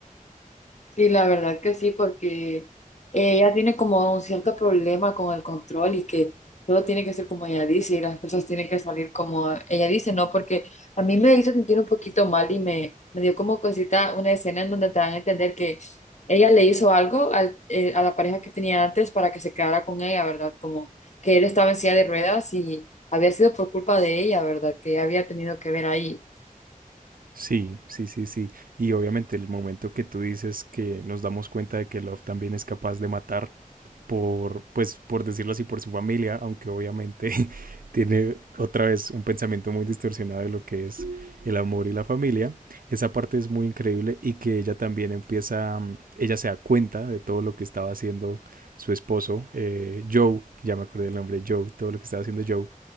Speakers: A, on the left (about 55°); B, on the right (about 80°).
A: Sí, la verdad que sí, porque ella tiene como un cierto problema con el control y que todo tiene que ser como ella dice y las cosas tienen que salir como ella dice, ¿no? Porque a mí me hizo sentir un poquito mal y me, me dio como cosita una escena en donde te dan a entender que ella le hizo algo al- eh, a la pareja que tenía antes para que se quedara con ella, ¿verdad? Como que él estaba en silla de ruedas y había sido por culpa de ella, ¿verdad? Que ella había tenido que ver ahí.
B: Sí, sí, sí, sí. Y obviamente el momento que tú dices que nos damos cuenta de que Love también es capaz de matar por, pues, por decirlo así, por su familia, aunque obviamente <laughs> tiene otra vez un pensamiento muy distorsionado de lo que es el amor y la familia. Esa parte es muy increíble y que ella también empieza, mm, ella se da cuenta de todo lo que estaba haciendo su esposo, eh, Joe, ya me acordé el nombre, Joe, todo lo que estaba haciendo Joe,